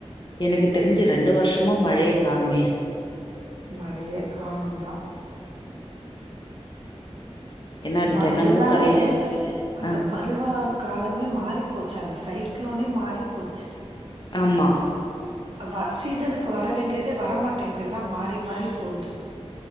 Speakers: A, on the left (about 45°); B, on the right (about 50°).
A: எனக்கு தெரிஞ்சு ரெண்டு வருஷமா மழைய காணுமே
B: மழயே காணோங் டா
A: ஏன்னா
B: ம
A: தெனமு
B: எல்லாமே
A: காலையில
B: அந்த
A: ஆ
B: பருவோ காலமே மாறி போச்சு அந்த சைக்லோனே மாறி போச்சு
A: ஆமா
B: வா சீசனுக்கு வர வேண்டியதே வரமாட்டேங்குது எல்லா மாறி மாறி போகுது